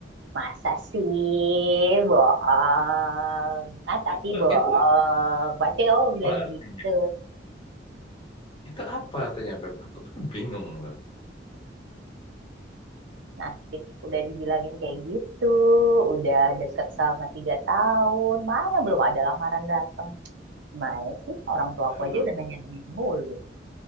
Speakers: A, on the right (about 75°); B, on the left (about 30°).
A: Masa sih, bohong. Ah, tapi
B: itu
A: bohong.
B: itu
A: Pasti kamu bilang
B: apa
A: gitu.
B: artinya itu apa artinya Beb aku aku bingung loh
A: Nasib udah dibilangin kayak gitu, udah deket sama tiga tahun, mana belum ada lamaran datang. Mana sih orang tua
B: Eh,
A: aku aja udah nanya-nanya mulu.